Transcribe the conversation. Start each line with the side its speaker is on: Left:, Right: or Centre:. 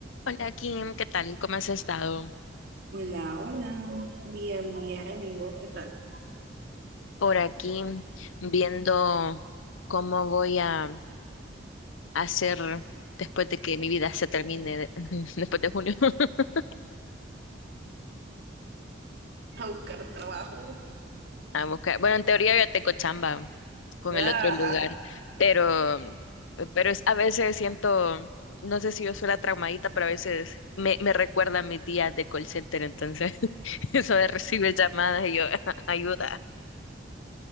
Left: Hola Kim, ¿qué tal? ¿Cómo has estado?
Right: Hola, hola, bien, bien, ¿y vos qué tal?
Left: Por aquí viendo cómo voy a hacer después de que mi vida se termine, de- <laughs> después de junio. <laughs>
Right: a buscar trabajo.
Left: A buscar. Bueno, en teoría ya tengo chamba con
Right: Ajá.
Left: el otro lugar, pero, pero es- a veces siento, no sé si yo soy la traumadita, pero a veces me, me recuerda a mis días de call center, entonces <laughs> eso de recibir llamadas y yo, <laughs> ayuda.